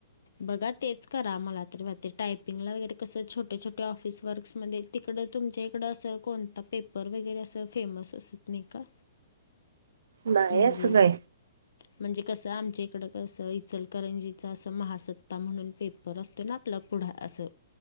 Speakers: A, on the left (about 75°); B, on the right (about 75°).
A: बघा तेच करा मला तरी वाटते. टायपिंगला वगैरे कसं छोटे छोटे ऑफिस वर्क्समध्ये तिकडं तुमच्या इकडं असं कोणता पेपर वगैरे असं फेमस असत नाही का?
B: नाही
A: म्हणजे
B: असं काय
A: म्हणजे कसं आमच्या इकडं कसं, इचलकरंजीच असं महासत्ता म्हणून पेप पर असतोय ना आपलं पुढ असं,